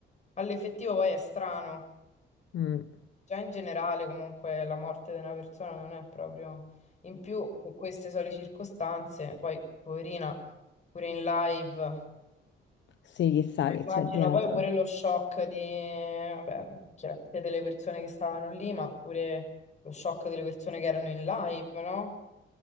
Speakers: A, on the left (about 35°); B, on the left (about 65°).
A: all'effettivo poi è strano.
B: mm.
A: Già in generale, comunque, la morte di una persona non è proprio... In più, se queste sono le circostanze, poi, poverina, pure in live,
B: Sì, chissà
A: eh,
B: che
A: immagino
B: c'è dietro.
A: poi pure lo shock di... Vabbè, chiaramente delle persone che stavano lì, ma pure lo shock delle persone che erano in live, no?